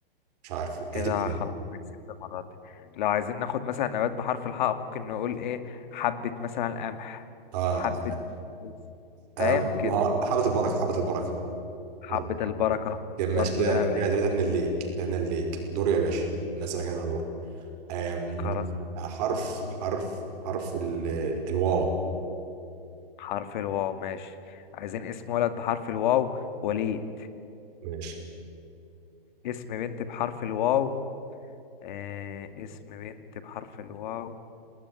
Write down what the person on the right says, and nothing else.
مش عارف هتبقى
ايه
اه
اه
آه،
حبة البركة حبة البركة
حافظ البركة.
كده ماشي
كده
كده
ثلاثة اتنين ليك ثلاثة اتنين ليك دور يا باشا انا اسألك انا دور أم...
حرف حرف حرف ال... الواو
ماشي